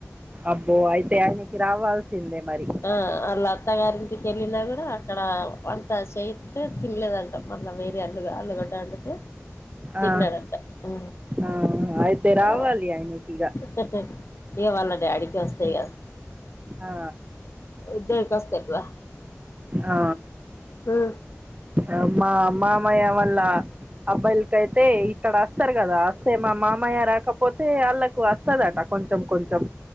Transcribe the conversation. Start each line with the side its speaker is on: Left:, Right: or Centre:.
Right: అబ్బో అయితే ఆయనకి రావాల్సిందే మరి
Left: ఆ ఆళ్ళ అత్తగారింటికెళ్ళినా కూడా అక్కడా వంట చేయిత్తే తినలేదంట. మళ్ళ వేరే అల్లుగా అల్లుగడ్డ అండితే తిన్నాడంట
Right: ఆ,
Left: ఊ
Right: ఆ, అయితే రావాలి
Left: ఆ
Right: ఆయనకి ఇక
Left: హ హ్హ హ ఇగ వాళ్ళ డాడీకే అస్తాయి కాద్
Right: ఆ
Left: ఇద్దరికొస్తె ఎట్ల?
Right: ఆ,
Left: ఉ
Right: ఆ మా మామయ్య వాళ్ళ అబ్బాయికయితే ఇక్కడస్తారు గదా అస్తే మా మామయ్య రాకపోతే ఆళ్ళకూ అస్తదట కొంచెం కొంచెం